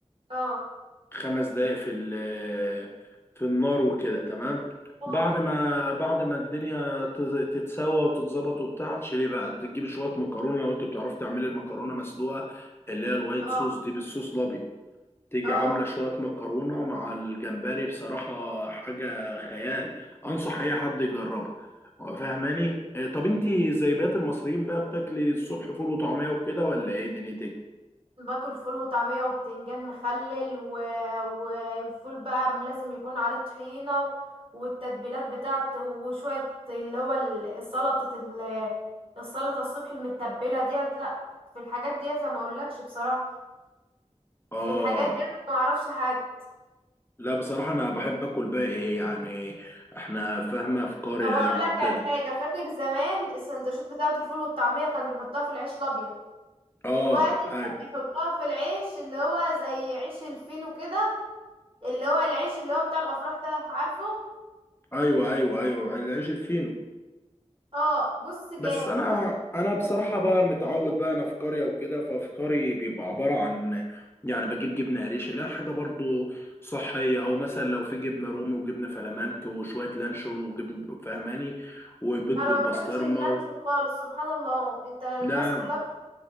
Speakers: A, on the right; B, on the left.
A: اه
B: خمس دقايق في ال- في النار وكده تمام
A: اه
B: بعد ما بعد ما الدنيا تز- تتسوى وتتظبط وبتاع تشيلي بقى تجيب شويه مكرونه لو انت بتعرف تعملي المكرونه مسلوقه اللي هي الوايت
A: اه
B: صوص دي بالصوص الابيض تيجي
A: اه
B: عامله شويه مكرونه مع الجمبري بصراحه حاجه خيال انصح اي حد يجربها فاهماني إيه، طب انت زي بقية المصريين بقى بتاكلي الصبح فول وطعميه وكده ولا ايه دنيتك
A: باكل فول وطعمية وبتنجان مخلل و... والفول بقى م- لازم يكون عليه طحينة و... والتتبيلات بتاعته وشوية اللي هو ال- سلطة ال... السلطة الصبح المتبلة ديت لا في الحاجات ديت أنا ما اقولكش بصراحة
B: اه
A: في الحاجات ديت أنا ما اعرفش حاجة
B: لا بصراحة أنا بحب آكل بقى إيه يعني إحنا فاهمة في قرية
A: طب اقول
B: يعني
A: لك
B: وكده
A: على حاجه فاكر زمان السندوتشات بتاعه الفول والطعميه كانوا بيحطوها في العيش الابيض
B: آه
A: دلوقتي
B: أيوه
A: كانوا بيحطوها في العيش اللي هو زي عيش الفينو كده اللي هو العيش اللي هو بتاع الافراح ده عارفه
B: أيوه أيوه أيوه العيش الفينو
A: اه بص جامد
B: بس أنا أنا بصراحة بقى متعود بقى أنا في قرية وكده ففطاري بيبقى عبارة عن يعني بجيب جبنة قريش اللي هي حاجة برضو صحية أو مثلا لو في جبنة رومي وجبنة فلامنك وشوية لانشون وجبن فهماني وبيض بالبسطرمة
A: انا ما بحبش اللانشون
B: و...
A: خالص سبحان الله انت الناس
B: لا
A: كلها بت...